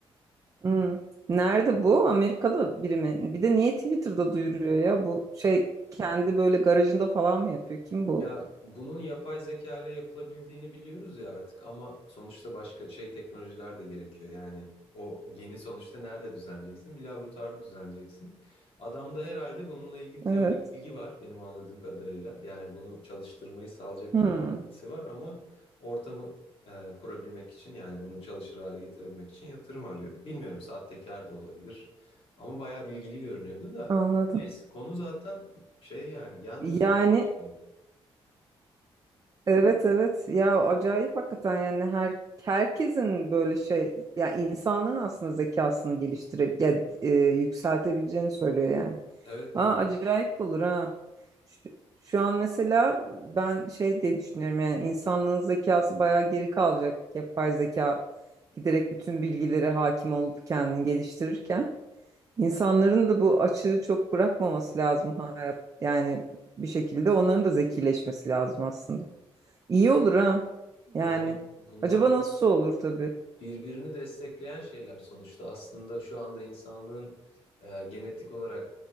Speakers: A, on the right (about 35°); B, on the left (about 60°).
A: Hmm. Nerede bu? Amerika'da biri mi? Bir de niye Twitter'da duyuruyor ya? Bu şey kendi böyle garajında falan mı yapıyor? Kim bu?
B: Ya bunun yapay zeka ile yapılabildiğini biliyoruz ya artık ama sonuçta başka şey teknolojiler de gerekiyor. Yani o geni sonuçta nerede düzenleyeceksin? Bir laboratuvarda düzenleyeceksin. Adamda herhalde bununla ilgili teorik
A: Evet.
B: bilgi var benim anladığım kadarıyla. Yani bunu çalıştırmayı sağlayacak
A: Hmm,
B: teorik bilgisi var ama ortamı e, kurabilmek için yani bunu çalışır hale getirebilmek için yatırım arıyor. Bilmiyorum sahtekar da olabilir ama bayağı bilgili görünüyordu da.
A: anladım.
B: Neyse konu zaten şey yani gen
A: Yani
B: düzenleme olayı.
A: Evet evet ya acayip hakikaten yani her herkesin böyle şey ya insanlığın aslında zekasını geliştirip ya e, yükseltebileceğini söylüyor yani.
B: Evet
A: Aa,
B: evet.
A: acayip olur ha. Şu, şu an mesela ben şey diye düşünüyorum yani insanlığın zekası bayağı geri kalacak yapay zeka giderek bütün bilgilere hakim olup kendini geliştirirken insanların da bu açığı çok bırakmaması lazım hayat yani bir şekilde onların da zekileşmesi lazım aslında. İyi olur ha.
B: Yani
A: Yani.
B: bunlar
A: Acaba nasıl olur tabii.
B: birbirini destekleyen şeyler sonuçta. Aslında şu anda insanlığın e, genetik olarak